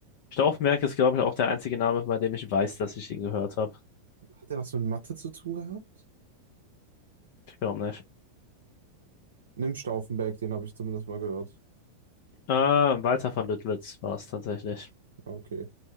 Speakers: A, on the left; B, on the right.
A: Stauffenberg ist, glaube ich, auch der einzige Name, bei dem ich weiß, dass ich ihn gehört habe.
B: Hat er was mit Mathe zu tun gehabt?
A: Ich glaube nicht.
B: Nimm Stauffenberg, den habe ich zumindest mal gehört.
A: Äh, Walter von Lüttwitz war es tatsächlich.
B: Okay.